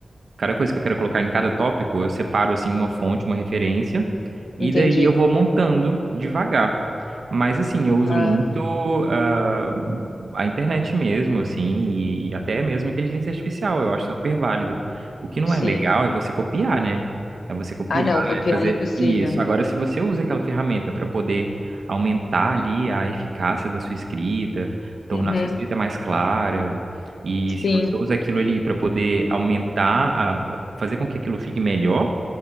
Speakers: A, on the right; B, on the left.
A: cada coisa que eu quero colocar em cada tópico, eu separo, assim, uma fonte, uma referência, e
B: Entendi.
A: daí eu vou montando devagar. Mas assim, eu uso
B: Ah,
A: muito ah, a internet mesmo, assim, e até mesmo inteligência artificial, eu acho super válido. O que não
B: sim.
A: é legal é você copiar, né? É você copiar,
B: Ah, não, copiar
A: é fazer
B: é impossível.
A: isso. Agora, se você usa aquela ferramenta para poder aumentar ali a eficácia da sua escrita, tornar
B: Uhum.
A: a sua escrita mais clara, e se
B: Sim.
A: você usa aquilo ali para poder aumentar, a, fazer com que aquilo fique melhor,